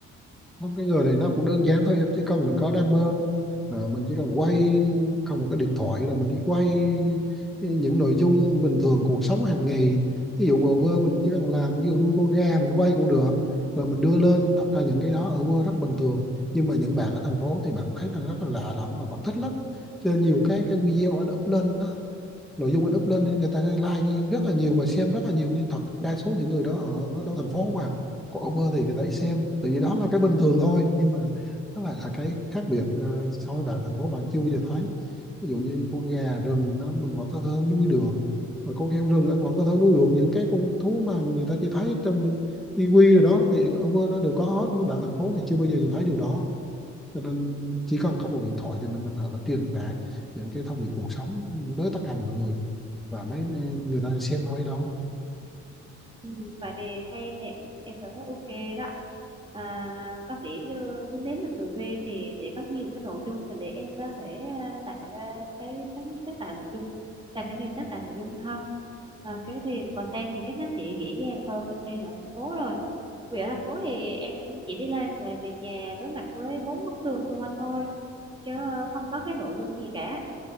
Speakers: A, in the centre; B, on the right.
A: Không, cái người này nó cũng đơn giản thôi em chỉ cần mình có đam mê à, mình chỉ cần quay không một cái điện thoại rồi mình đi quay những nội dung bình thường cuộc sống hàng ngày ví dụ bờ vơ mình chỉ cần làm ví dụ nuôi con gà mình quay cũng được rồi mình đưa lên thật ra những cái đó ở quê rất bình thường nhưng mà những bạn ở thành phố thì bạn thấy là rất là lạ lẫm và bạn thích lắm cho nên nhiều cái cái video anh up lên đó, nội dung anh up lên nên người ta like như rất là nhiều và xem rất là nhiều nhưng thật đa số những người đó ở đâu thành phố mà còn over thì người ta ít xem tại vì đó là cái bình thường thôi nhưng mà nó lại là cái khác biệt ờ, so với bạn thành phố bạn chưa bao giờ thấy ví dụ như con gà rừng nó mình vẫn có thể nuôi được rồi con heo rừng anh vẫn có thể nuôi được những cái con thú mà người ta chỉ thấy trong tivi rồi đó thì over nó đều có hết mấy bạn thành phố thì chưa bao giờ nhìn thấy điều đó cho nên chỉ cần có một điện thoại thì mình có thể truyền tải những cái thông điệp cuộc sống đến tất cả mọi người và mấy người ta xem thôi đó
B: Ừ, vậy thì hay nè ok, em cảm thấy ok đó à, có vẻ như cái nếu mà về quê thì sẽ có nhiều cái nội dung mà để em có thể à, tạo ra cái sáng, sáng tạo nội dung làm cái nghề sáng tạo nội dung ha à, cái thì content thì chắc nó sẽ dễ dàng hơn em ở thành phố rồi vì ở thành phố thì em chỉ đi làm và về nhà đối mặt với bốn bức tường xung quanh thôi chứ ờ, không có cái nội dung gì cả